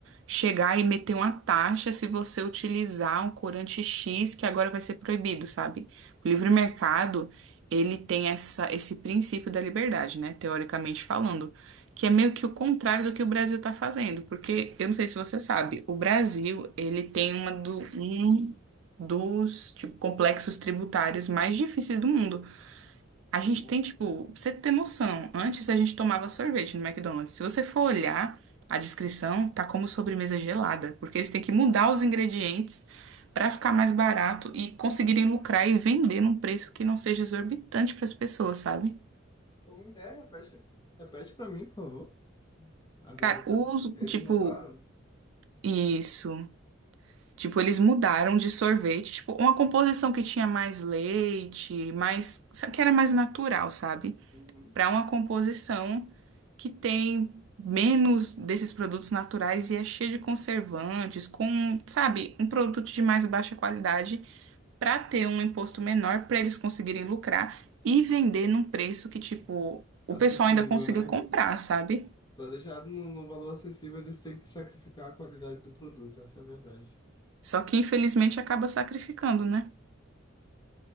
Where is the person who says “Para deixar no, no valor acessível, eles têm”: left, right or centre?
Left